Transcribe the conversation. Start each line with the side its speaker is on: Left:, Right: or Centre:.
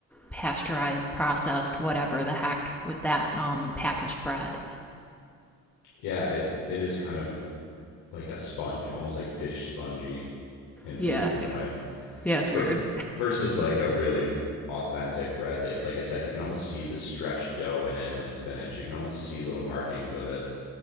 Centre: pasteurized, processed, whatever the heck with that um packaged bread.
Left: Yeah, it, it is kind of like a sponge, almost like dish spongy in
Centre: Yeah.
Left: in, in a way.
Centre: Yeah, it's
Left: For,
Centre: weird.
Left: versus like a really authentic bread that like I said, you can almost see the stretched dough in it when it's finished. You can almost see little markings of it.